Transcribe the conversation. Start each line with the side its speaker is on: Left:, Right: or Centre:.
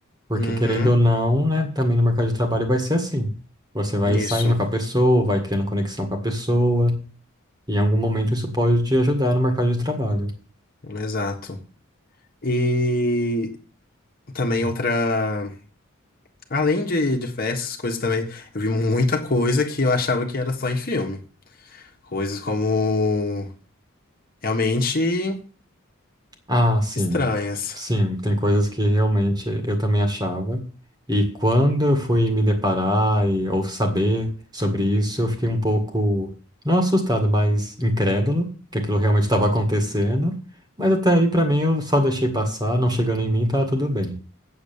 Right: porque
Left: Uhum,
Right: querendo ou não, né, também no mercado de trabalho vai ser assim. Você vai
Left: isso,
Right: saindo com a pessoa, vai criando conexão com a pessoa e em algum momento isso pode te ajudar no mercado de trabalho.
Left: exato. E também outra, além de, de festas, coisas também, eu vi muita coisa que eu achava que era só em filme. Coisas como realmente
Right: Ah, sim.
Left: estranhas,
Right: Sim, tem coisas que realmente eu também achava. E quando eu fui me deparar e, ou saber sobre isso, eu fiquei um pouco, não assustado, mas incrédulo que aquilo realmente estava acontecendo. Mas até aí, para mim, eu só deixei passar, não chegando em mim, estava tudo bem.